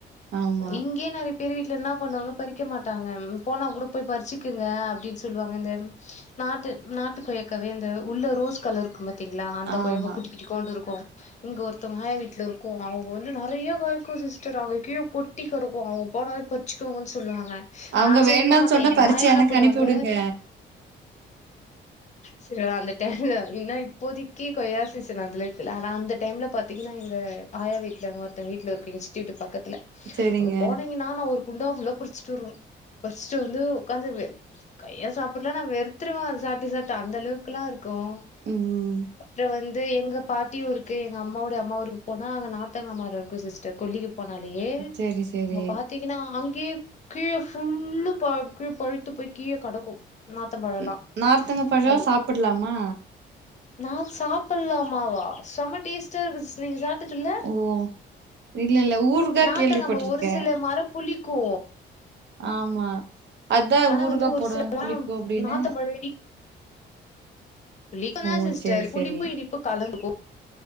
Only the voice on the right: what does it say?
ஆமா
ஆமா
அவங்க
வேண்டான்னு
சொன்னா
பறிச்சு
எனக்கு
அனுப்பி விடுங்க
சரிங்க
ம்
சரி சரி
ன் நார்த்தங்க பழோ
சாப்பிடலாமா
ஓ இல்ல இல்ல ஊருகா
கேள்விப்பட்டிருக்கே
ஆமா அதா
ஊறுகா
போடுவாங்க
புளிக்கும் அப்டின்னு
ஓ
சரி
சரி